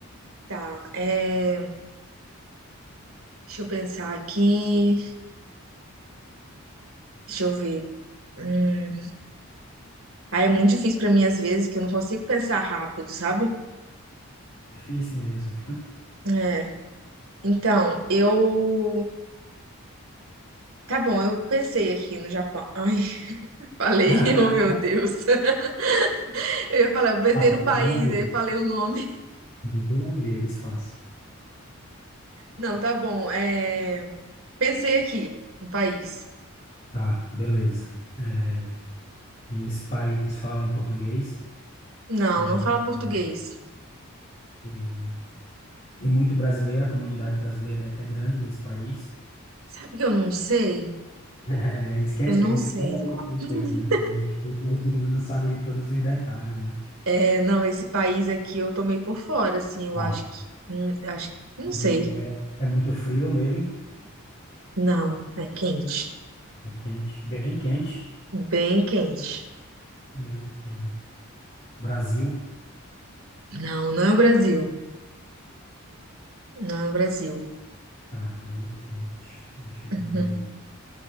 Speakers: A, on the right; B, on the left.
A: Tá, é, deixa eu pensar aqui, deixa eu ver. Hum, ah, é muito difícil pra mim às vezes, que eu não consigo pensar rápido, sabe?
B: Difícil mesmo.
A: É, então, eu, tá bom, eu pensei aqui no Japão. Ai, <laughs> falei,
B: <laughs>
A: <laughs> oh meu Deus. <laughs> Eu ia falar, eu pensei
B: Faço,
A: no
B: ninguém
A: país,
B: ouviu.
A: aí eu falei o nome.
B: Ninguém ouviu, eu desfaço.
A: Não, tá bom, é, pensei aqui, no país.
B: Tá, beleza. É, esse país fala em português.
A: Não,
B: Ah,
A: não fala português.
B: em português, né? Tem muito brasileiro, a comunidade brasileira é grande nesse país. <laughs>
A: Sabe que eu não sei?
B: É, é isso que é,
A: Eu não
B: é isso
A: sei.
B: que é o
A: <laughs>
B: coisa, né? A gente fica imaginando, não sabe todos os detalhes, né?
A: É, não, esse país aqui eu tomei por fora, assim, eu
B: Tá.
A: acho que, hum, acho, que- não
B: Ele
A: sei.
B: é, é muito frio nele,
A: Não, é quente,
B: é quente, bem quente,
A: bem quente.
B: bem quente. Brasil,
A: Não, não é o Brasil, não é o Brasil.
B: tá, bem quente. Deixa eu
A: Uhum.
B: ver.